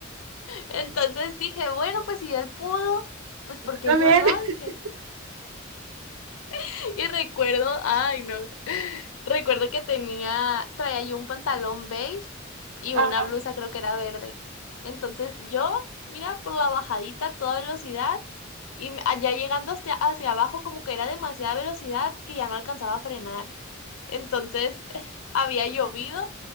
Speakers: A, on the left (about 80°); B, on the right (about 85°).
A: Entonces dije, bueno, pues si él pudo, pues porque
B: también
A: yo no,
B: <laughs>
A: dije. <laughs> Y recuerdo, ay no, <laughs> recuerdo que tenía, traía yo un pantalón beige y
B: Ah,
A: una blusa creo que era verde. Entonces yo, mira, por la bajadita a toda velocidad y me- allá llegando hacia, hacia abajo como que era demasiada velocidad que ya no alcanzaba a frenar. Entonces <laughs> había llovido